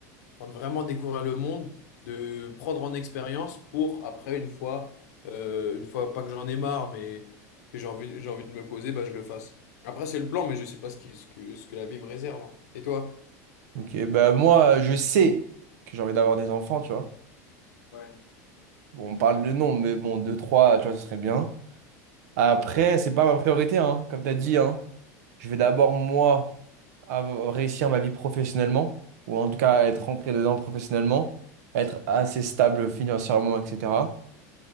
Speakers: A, on the left; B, on the right.
A: Enfin, de vraiment découvrir le monde, de prendre en expérience pour après, une fois, euh, une fois, pas que j'en ai marre, mais que j'ai envie, j'ai envie de me poser, bah, je le fasse. Après, c'est le plan, mais je sais pas ce qui- ce que, ce que la vie me réserve. hein. Et toi?
B: Ok, bah moi euh, je sais que j'ai envie d'avoir des enfants, tu vois.
A: Ouais.
B: Bon, on parle de nom, mais bon, deux, trois, tu vois, ce serait bien. Après, c'est pas ma priorité, hein, comme tu as dit, hein. Je vais d'abord, moi, av- réussir ma vie professionnellement, ou en tout cas être rentré dedans professionnellement, être assez stable financièrement, etc.